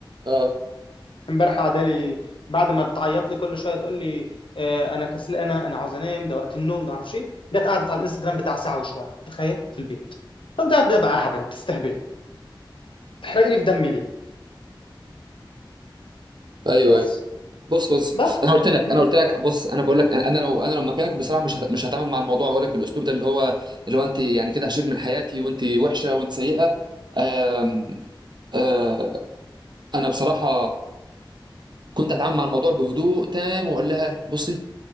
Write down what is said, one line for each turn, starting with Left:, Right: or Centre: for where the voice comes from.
Right: اه
Left: امبارح قاعده لي بعد ما بتعيط لي كل شويه تقول لي آه، انا كسلانه انا عاوز انام ده وقت النوم ده معرفش ايه جت قعدت على الانستجرام بتاع ساعه وشويه تخيل في البيت طب ده ده بقى هبل بتستهبلي تحرقي لي في دمي ليه
Right: ايوه
Left: بس
Right: ايوه بص بص
Left: بس
Right: انا قلت لك
Left: م-
Right: انا قلت لك بص انا بقول لك انا أنا لو انا لو مكانك بصراحه مش هت- مش هتعامل مع الموضوع واقول لك بالاسلوب ده اللي هو اللي هو انت يعني كده هشيك من حياتي وانت وحشه وانت سيئه آم، آه، انا بصراحه كنت هتعامل مع الموضوع بهدوء تام واقول لها بصي